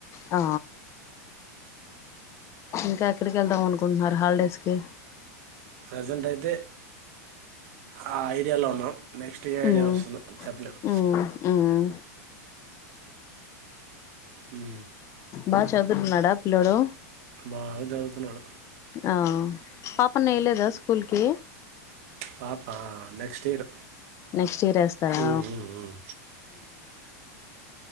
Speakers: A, on the left (about 35°); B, on the right (about 60°).
A: ఆ ఇంకా ఎక్కడికి వెళ్దాం అనుకుంటున్నారు హాలిడేస్ కి
B: ప్రసెంట్ అయితే ఆ ఐడియాలో ఉన్నాం నెక్స్ట్ ఏ
A: హ్మ్
B: ఐడియా వస్తదో చెప్పలేము
A: హ్మ్ హ్మ్
B: ఉ
A: బాగా చదురున్నాడా పిల్లోడు
B: బాగా చదువుతున్నాడు
A: ఆ పాపను వేయలేదా స్కూల్ కి
B: పాప నెక్స్ట్ ఇయర్
A: నెక్స్ట్ ఇయర్ వేస్తారా
B: ఉమ్, ఉమ్, ఉమ్.